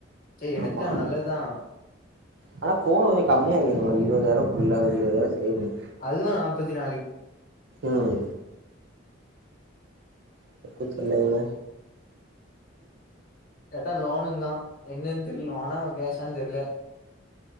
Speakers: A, on the left; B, on the right.
A: சரி எடுத்துட்டான்
B: ஆமா
A: நல்லதுதான்
B: ஆனா போன் கொஞ்சோ கம்மியாகிருக்கலா இருவதாயிருவா குள்ள ஒரு இருவதாயிரோ சேவ் பண்ணி
A: அதுவு நாப்பத்தி நாலு
B: ம் தப்பிச்சல்லைங்க
A: கேட்டா லோனுங்கா என்னன்னு தெர்ல லோனா கேஷான்னு தெர்ல